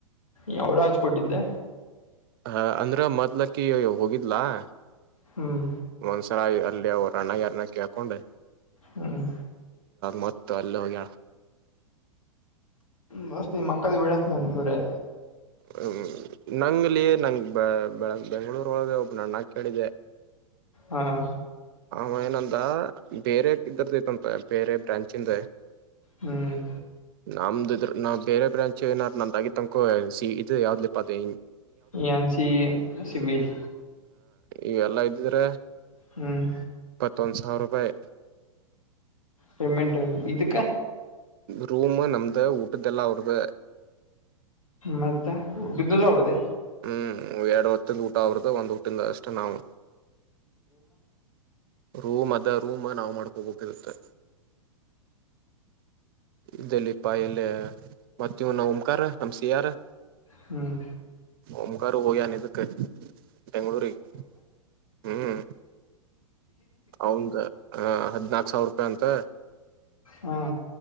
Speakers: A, on the left; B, on the right.
A: ಯಾವಳ ಹಚ್ ಕೊಟ್ಟಿದ್ದೆ
B: ಹ ಅಂದ್ರ ಮೊದ್ಲಕ್ಕಿ ಹೋಗಿದ್ಲಾ <unintelligible>
A: ಹ್ಮ್
B: ಮನ್ಸರಾಯ್ ಅಲ್ಲಿ ಅವ ಪ್ರಾಣ ಯಾರನ ಕೇಳ್ಕೊಂಡು
A: ಹ್ಮ್
B: ಮೊತ್ತ ಅಲ್ಲ ಹೋಗ
A: ಮಸ್ ನೀ <unintelligible> ಮಕ್ಕದ ವಡ ನಂಗ ಕ
B: ಹ್ಮ ನಂಗ್ಲಿ ನಂಗ ಬೆಳಗ್ ಬೆಂಗ್ಗಳೂರ್ ಒಳಗೆ ಒಬ್ ನಾನ ಕೇಳಿದೆೆ
A: ಹಾ
B: ಅವ ಏನಂದ ಬೇರೆ ಇದರ ಐತೆಂತೆ ಬೇರೆ ಬ್ರಾಂಚಿಂದ
A: ಹ್ಮ್
B: ನಮ್ದ ಇದ್ರ ನಾವವು ಬೇರೆ ಬ್ರಾಂಚ್ ಏನಾರ ನ ತಗಿ ತನ್ಕ ಸಿ ಇ ಯಾವ್ದ್ಲಪ ಅದು
A: ನ್ ಸಿ ಸಿಬಲ್
B: ಈವೆಲ್ಲಾ ಇದ್ದಿದ್ರೆ
A: ಹ್ಮ್
B: ತ್ತೊಂದು ಸಾವ ರೂಪಾಯಿ
A: ಪಮೆಂಟ್ ಇದುಕ್ಕ
B: ರೂಮ ನಮ್ದ ವಊಟದಲ್ಲಾ ಅವೃದ
A: ಮತ್ತೆ ಉಡುಬಿದ್ದಲ್ಲ <unintelligible> ಅವಡ್ದ
B: ಹ್ಮ್ ಎರಡು ಹೊತ್ತಂದು ಊಟ ಅವರದು ಒಂದ್ ಊಟಿಂದ ಅಷ್ಟೇ ನಾವು ರೂಮ್ ಅದ ರೂಮ್ ನಾವು ಮಾಡ್ಕೋಬೇಕಿರುತ್ತೆ ಇದಲ್ಲಿ ಪ ಎಲ್ಲ ಮತ್ತ ಇವ ನ ಉಮಕಾರ ನಮ್ಸಿಯಾರ್
A: ಹ್ಮ್
B: ಓಂಕಾರ ಹೋಗ್ಯ ನಿ ಇದಕ್ಕೆ ಬೆಂಗಳೂರಿಗೆ ಹ್ಮ್ ಅವಂದ ಹದ್ನಾಕು ಸಾವಿರ ರೂಪಾಯಿ ಅಂತ
A: ಹಾ